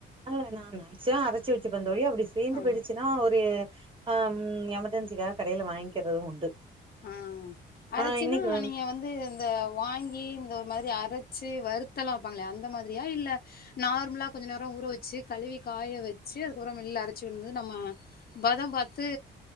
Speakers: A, on the right (about 25°); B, on the left (about 50°).
A: இல்ல இல்ல நா மெக்ஸிமம் அரைச்சி வச்சுப்பந் தோழி அப்டி தீந்து
B: ஆ
A: போயிடுச்சுன்னா ஒரு அம் எமர்ஜென்சிக்காக கடையில வாங்கிக்கிறதும் உண்டு
B: ஆ அரச்சுன்னா
A: ஆ இன்னைக்கு
B: நீங்க வந்து இந்த வாங்கி இந்த ஒரு மாதிரி அரச்சு வருத்தலா வப்பாங்களே அந்த மாதிரியா இல்ல நார்மலா கொஞ்ச நேரோ ஊற வச்சு கழுவி காய வச்சு அதுக்கப்றோ வெள்ள அரச்சு வந்து நம்ம பதம் பாத்து